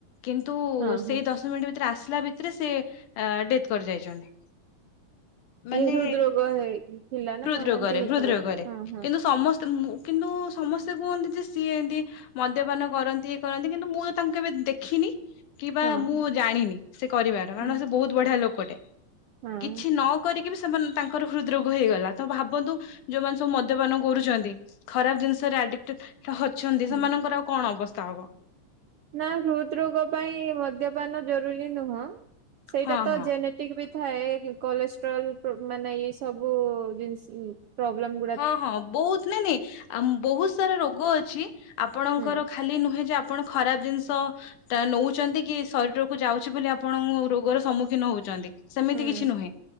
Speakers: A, on the left; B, on the right.
A: କିନ୍ତୁ
B: ହଁ
A: ସେଇ
B: ହଁ
A: ଦଶ ଦଶ ମିନିଟ ଭିତରେ, ଆସିଲା ଭିତରେ ସେ ଡେଥ୍ କରି ଯାଇଛନ୍ତି। ମାନେ
B: ଇଏ ହୃଦ ରୋଗ ଥିଲା ନା
A: ହୁଦରୋଗ
B: କଣ ଏମତି
A: ରେ,
B: ହେଇଥିବ
A: ହୁଦରୋଗ ରେ
B: ହଁ ହଁ
A: କିନ୍ତୁ ସମସ୍ତେ ମୁଁ କିନ୍ତୁ ସମସ୍ତେ କୁହନ୍ତି ଯେ ସିଏ ଏମିତି ମଦ୍ୟପାନ କରନ୍ତି, ଇଏ କରନ୍ତି କିନ୍ତୁ ମୁଁ ତ ତାଙ୍କୁ କେବେ ଦେଖିନି କିିବା
B: ହଁ
A: ମୁଁ
B: ହଁ
A: ଜାଣିନି ସେ କରିବାର। କାରଣ
B: ହଁ
A: ସେ ବହୁତ ବଢିଆ ଲୋକଟେ।
B: ହଁ
A: କିଛି ନ କିଛି ନ କରୀକି ବି ତାଙ୍କର ହୃଦରୋଗ ହେଇଗଲା। ତ ଭାବନ୍ତୁ ଯୋଉ ମାନେ ସବୁ ମଦ୍ୟପାନ କରୁଛନ୍ତି ଖରାପ ଜିନିଷ ରେ ଆଡ଼ି ଟେକ୍ଟ ଅଛନ୍ତି,
B: ହୁଁ
A: ସେମାନଙ୍କର ଆଉ କଣ ଅବସ୍ଥା ହବ।
B: ନା ହୃଦ ରୋଗ ପାଇଁ ମଦ୍ୟପାନ ଜରୁରୀ ନୁହଁ, ସେଇଟା
A: ହଁ
B: ତ
A: ହଁ
B: ଜନେ ଟିକ ବି ଥାଏ କଲେଷ୍ଟ୍ରୋଲ୍ ମାନେ ଏଇ ସବୁ ଜିନିଷ ପ୍ରୋବ୍ଲେମ୍ ଗୁଡ଼ି
A: ହଁ ହଁ ବହୁତ ନାଇଁ ନାଇଁ ବହୁତ ସାରା ରୋଗ ଅଛି ଆପଣଙ୍କର
B: ହୁଁ
A: ଖା ଖାଲି ନୁହେଁ ଯେ ଆପଣ ଖରାପ ଜିନିଷ ତା ନଉଛନ୍ତି କି ଶରୀରକୁୁ ଯାଉଛି ବୋଲି ଆପଣଙ୍କୁ ରୋଗର ସମ୍ମୁଖୀନ ହଉଛନ୍ତି। ସେମିତି
B: ହୁଁ।
A: କିଛି ନୁହେଁ